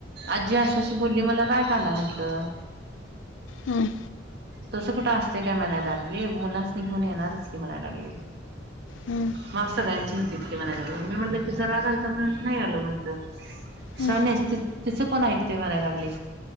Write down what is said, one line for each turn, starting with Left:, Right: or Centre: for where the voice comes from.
Right: आजी अशी आशी बोलली मला राग आला म्हंटलं.
Left: हम्म!
Right: तसं कुठं असत काय म्हणाय लागली मुलासनी घेऊन येणारच की म्हणाय लागली.
Left: हम्म!
Right: मग सगळ्यांची होती तकी म्हणायलागली मी म्हटलं तिचा राग आालता म्हणून नाही आलो म्हटलं
Left: हम्म
Right: शानियस तिचं कोण ऐकतय म्हणायला लागली